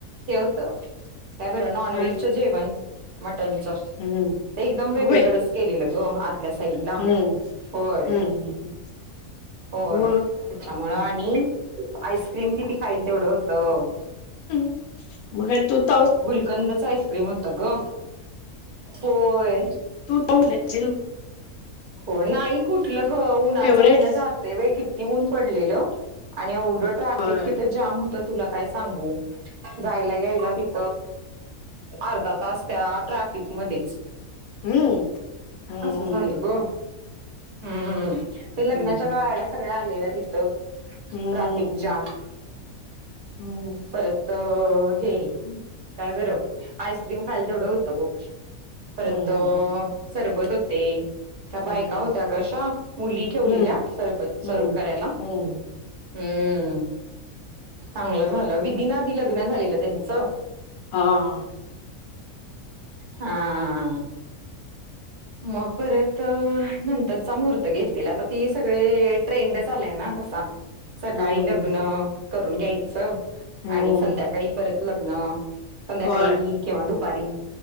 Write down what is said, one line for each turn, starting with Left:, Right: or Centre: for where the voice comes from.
Right: हे होत काय बर, नॉन
Left: काय
Right: व्हेजच जेवण, मटनच
Left: हम्म
Right: ते एकदम वेगळीकडेच.
Left: अगं बाई
Right: केलेलं ग, आतल्या साईडला,
Left: हम्म
Right: होय
Left: हम्म हम्म
Right: होय.
Left: मग
Right: तिच्यामुळ आणि आईस्क्रीम किती खाईल तेवढं होतं.
Left: हम्. <unintelligible> तो
Right: गुलकंदचा आईस्क्रीम होता ग, होय.
Left: तू तोंबल्याचील
Right: हो नाही कुठलं ग, उन्हाचं
Left: फेवरेट
Right: हे ना जात तय होय, किती ऊन पडलेल आणि, एवढं ट्राफिक
Left: बर
Right: तिथ जाम होत तुला काय सांगू, जायला यायला किती अ अर्धा तास त्या ट्रॅफिक मध्येच.
Left: हम्म हम्म
Right: अस झाल ग. हम्म, ते लग्नाच्या
Left: हम्म हम्म
Right: गाड्या आलेल्या सगळ्या हिकडं.
Left: हम्म
Right: ट्राफिक जाम,
Left: हम्म
Right: परत हे
Left: <unintelligible> <inaudible>
Right: काय बरं आईस्क्रीम खायला तेवढं होतं, बघ परत
Left: हम्म हम्म
Right: सरबत होते. त्या
Left: हम्म
Right: बायका होत्या ग अशा, मुली ठेवलेल्या,
Left: हम्म
Right: सर्बत सर्व
Left: हम्म
Right: करायला.
Left: हम्म
Right: हम्म, चांगलं झालं विधी ना आधी लग्न झालेलं त्यांचं.
Left: हा.
Right: हा. मग परत नंतरचा महूर्त घेतलेला, आता ती सगळे ट्रेंड चालय ना तसा. <unintelligible> <inaudible> सकाळी
Left: हम्म
Right: लग्न करून घ्यायचं,
Left: हम्म
Right: आणि संध्याकाळी परत लग्न. संध्याकाळी
Left: बर
Right: किंवा दुपारी,